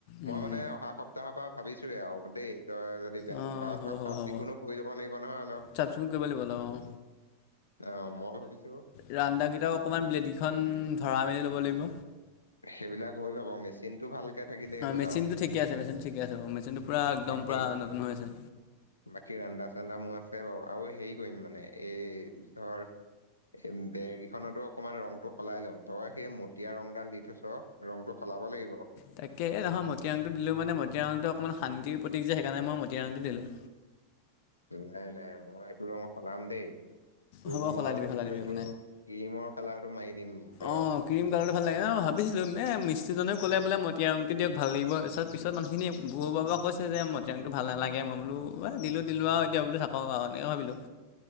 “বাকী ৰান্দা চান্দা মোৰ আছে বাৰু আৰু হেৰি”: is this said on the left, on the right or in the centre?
Left